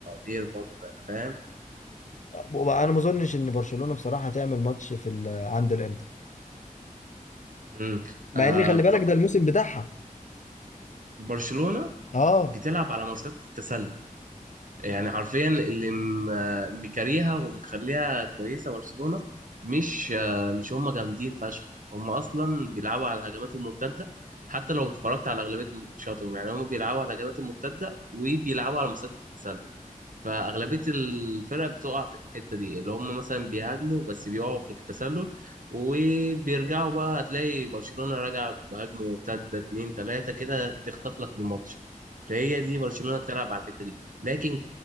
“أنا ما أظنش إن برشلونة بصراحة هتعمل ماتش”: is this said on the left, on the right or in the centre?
Left